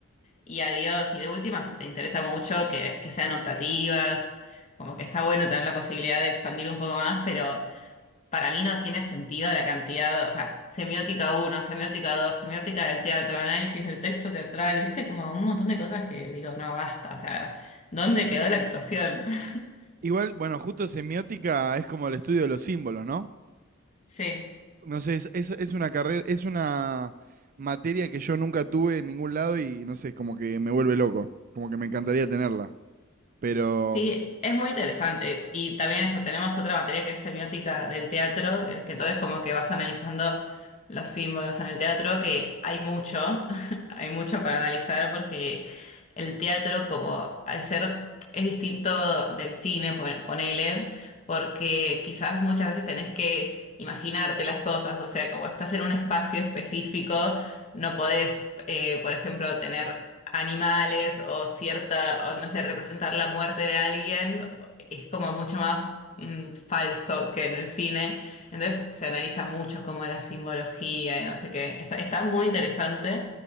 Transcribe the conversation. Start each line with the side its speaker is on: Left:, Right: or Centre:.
Left: y adiós. Y de última, si te interesa mucho, que, que sean optativas, como que está bueno tener la posibilidad de expandir un poco más, pero para mí no tiene sentido la cantidad, o sea, semiótica uno semiótica dos semiótica del teatro, análisis del texto teatral, viste, como un montón de cosas que digo, no, basta, o sea, ¿dónde quedó la actuación? <laughs>
Right: Igual, bueno, justo semiótica es como el estudio de los símbolos, ¿no?
Left: Sí.
Right: No sé, es, es, es una carrera, es una materia que yo nunca tuve en ningún lado y no sé, como que me vuelve loco, como que me encantaría tenerla. Pero
Left: Sí, es muy interesante. Y también eso, tenemos otra materia que es semiótica del teatro, eh, que todo es como que vas analizando los símbolos en el teatro, que hay mucho, <laughs> hay mucho para analizar porque el teatro como al ser es distinto del cine, pon- ponele, porque quizás muchas veces tenés que imaginarte las cosas, o sea, como estás en un espacio específico, no podés, eh, por ejemplo, tener animales o cierta, o no sé, representar la muerte de alguien es como mucho más mm, falso que en el cine. Entonces se analiza mucho como la simbología y no sé qué. Está, está muy interesante.